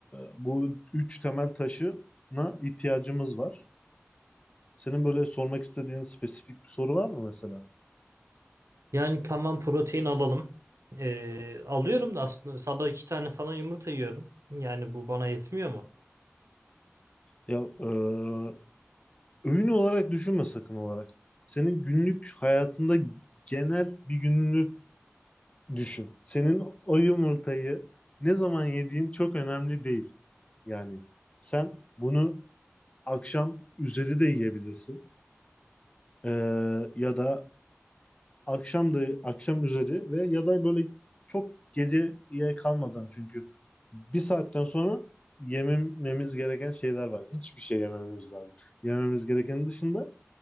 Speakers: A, on the left (about 25°); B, on the right (about 85°).
A: bu üç temel taşına ihtiyacımız var. Senin böyle sormak istediğin spesifik bir soru var mı mesela?
B: Yani tamam protein alalım. Ee, alıyorum da aslında sabah iki tane falan yumurta yiyorum. Yani bu bana yetmiyor mu?
A: Ya e, öğün olarak düşünme sakın olarak. Senin günlük hayatında genel bir gününü düşün. Senin o yumurtayı ne zaman yediğin çok önemli değil. Yani sen bunu akşam üzeri de yiyebilirsin. E, ya da akşam da akşam üzeri ve ya da böyle çok geceye kalmadan çünkü bir saatten sonra yemememiz gereken şeyler var. Hiçbir şey yemememiz lazım. Yememiz gerekenin dışında